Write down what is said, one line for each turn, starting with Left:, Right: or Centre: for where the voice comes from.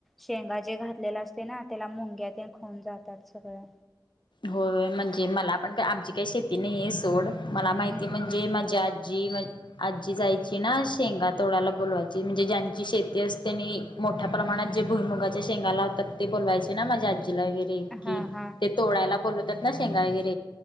Centre: शेंगा जे घातलेला असते ना, त्याला मुंग्या ते खऊन जातात सगळ्या.
Left: हो म्हणजे मला पण का आमची काही शेती नाहीय सोड. मला माहिती
Centre: हम्म
Left: म्हणजे
Centre: हम्म.
Left: माझी आजी माजी आजी जायची ना शेंगा तोड्याला बोलवायची म्हणजे ज्यांची शेती असतेनी मोठ्या प्रमाणात जे भुई मुगाच्या शेंगा लावतात ते बोलवायचे ना माझ्या आजीला वगैरे की
Centre: हा हा
Left: ते तोडायला बोलवतात ना शेंगा वगिर